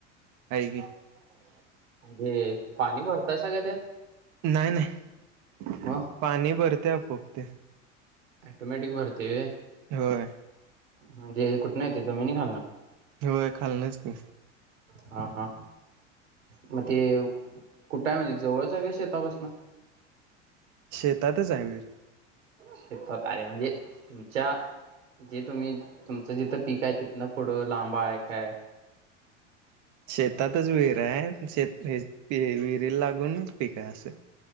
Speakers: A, on the right (about 50°); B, on the right (about 80°).
A: आहे की
B: म्हणजे पाणी भरतासा का त्यात,
A: नाही नाही
B: मग
A: पाणी भरतेय पोपते.
B: अटोमॅटिक भरते.
A: होय
B: म्हणजे कुठ नाही येते जमिनी खालना
A: होय खालनच की
B: हा हा मग ते कुठं आहे म्हणजे जवळच आहे का शेतापासन
A: शेतातच आहे विहीर
B: शेतात अरे म्हणजे तुमच्या जे तुम्ही तुमचं जिथं पीक आहे तिथनं पूढ लांब आहे. काय
A: शेतातच विहिर आहे शेत विहिरी लागूनच पिक असं